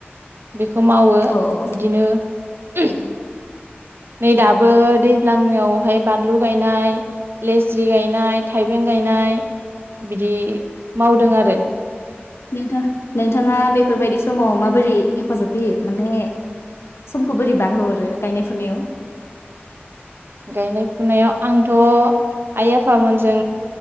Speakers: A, on the right; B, on the left.
A: बे खौ मावो
B: औ औ
A: बिदिनो उ नै दाबो दैज्लांनियावहाय बानलु गायनाय लेस्रि गायनाय थाइबें गायनाय बिदि मावदों आरो
B: नोंथां नोंथाङा बेफोरबायदि समाव माबोरै हेफाजाब होयो माने समखौ बोरै बारहोहरो गायनाय फुनायाव?
A: गायनाय फुनायाव आंथ' आइ आफामोनजों